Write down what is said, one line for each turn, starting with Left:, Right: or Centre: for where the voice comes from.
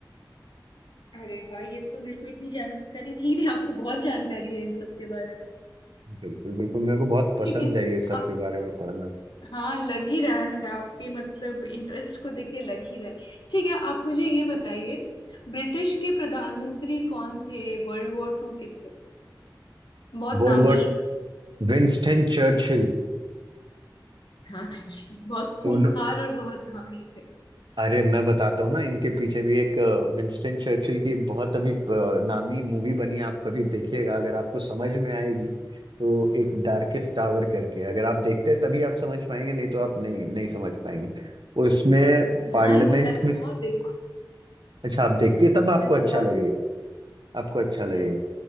Left: अरे वाह ये तो मेरे को इतनी जानकारी थी नहीं आपको बहुत जानकारी है इन सब के बारे में
Right: बिल्कुल बिल्कुल मेरे को बहुत पसंद
Left: ठीक है
Right: है ये सब
Left: अब
Right: के बारे में पढ़ना
Left: हाँ लग ही रहा है आपके मतलब इंटरेस्ट को देख के लग ही रहा है ठीक है आप मुझे ये बताइए ब्रिटिश के प्रधानमंत्री कौन थे वर्ल्ड वॉर टू के तहत बहुत
Right: World
Left: नामी
Right: war Winston Churchill
Left: हाँ जी बहुत खूंखार
Right: उन
Left: और बहुत हामी थे
Right: अरे मैं बताता हूँ ना इनके पीछे भी एक अ, विंस्टन चर्चिल की एक बहुत अभी अ, नामी मूवी बनी है आप कभी देखिएगा अगर आपको समझ में आएगी तो एक डार्केस्ट टावर करके अगर आप देखते हैं तभी आप समझ पाएंगे नहीं तो आप नहीं नहीं समझ पाएंगे उसमें पार्लियामेंट
Left: हाँ जी मैं तो
Right: में
Left: बहुत देखती हूँ
Right: अच्छा आप देखते हैं तब आपको
Left: मेरे को
Right: अच्छा
Left: बहुत
Right: लगेगा
Left: अच्छा
Right: आपको अच्छा लगेगा
Left: जी